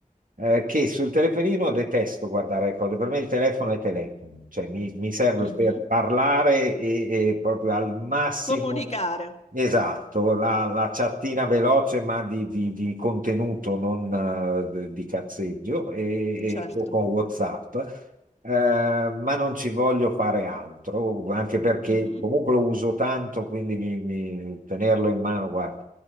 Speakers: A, on the right; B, on the left.
A: eh, che sul telefonino detesto guardare le cose, per me il telefono è telefono, cioè mi, mi serve
B: mhm.
A: per parlare e, e proprio al massimo,
B: Comunicare,
A: esatto, la, la chattina veloce ma di, di- di contenuto, non eh, di cazzeggio, e, e
B: certo.
A: o con WhatsApp. Eh, ma non ci voglio fare altro, anche perché
B: Mhm.
A: comunque lo uso tanto, quindi mi- mi- tenerlo in mano, guarda.